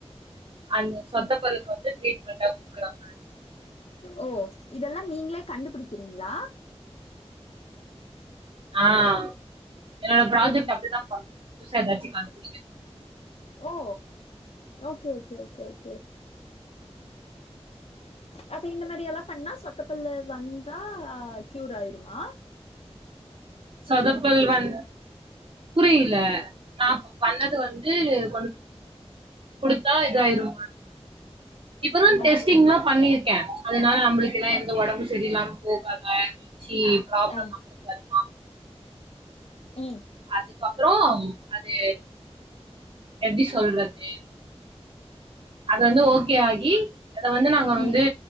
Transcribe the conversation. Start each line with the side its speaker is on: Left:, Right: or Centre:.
Right: அந்த சொத்த பல்லுக்கு வந்து ட்ரீட்மெண்டா குடுக்றாங்க
Left: ஓ இதெல்லா நீங்ளே கண்டுபிடிக்றீங்ளா
Right: ஆஹ் என்னோட ப்ராஜெக்ட்
Left: ஓகே
Right: அப்டிதா பண்ண புதுசா எதாச்சி கண்டுபுடிக
Left: ஓ ஓகே ஓகே ஓகே ஓகே அப்ப இந்த மாரி எல்லா பண்ணா சொத்த பல்ல வந்தா கியூர் ஆயிருமா
Right: சொதபல்வன் புரில நா பண்ணது
Left: ம்
Right: வந்து கொண்டு குடுத்தா இதாயிரு இப்பதா டெஸ்டிங்லா
Left: ஆ
Right: பண்ணிரு க்கே அதுனால நம்ளுக்குலா எந்த ஒடம்பு செரியில்லாம போகாதா சி ப்ராப்ளம்
Left: ஆ
Right: நா வரு
Left: உம்
Right: அதுகப்றோ அது எப்டி சொல்றது அது வந்து ஓகே ஆகி அத வந்து நாங்க வந்து
Left: ம்